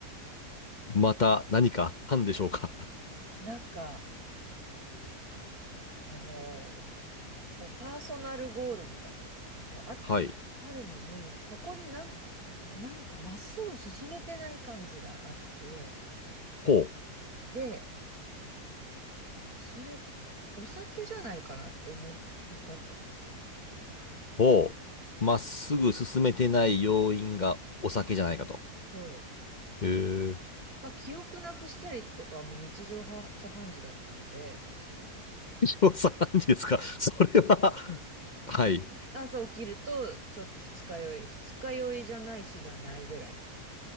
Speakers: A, on the left (about 40°); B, on the right (about 60°).
A: また何かあったんでしょうか。<laughs>
B: なんか、あの、こう、パーソナルゴールみたいな、こう、あ、
A: はい。
B: あるのに、そこになん、なんかまっすぐ進めてない感じがあって、
A: ほう。
B: で、それ、お酒じゃないかなって思い至ったんですよ。
A: ほう。まっすぐ進めてない要因がお酒じゃないかと。
B: そう。
A: へえ。
B: まあ、記憶なくしたりとかはもう日常茶飯事だったんで、
A: 調査判事ですか <laughs> それは、はい。
B: 朝起きると、ちょっと二日酔い、二日酔いじゃない日がないぐらい。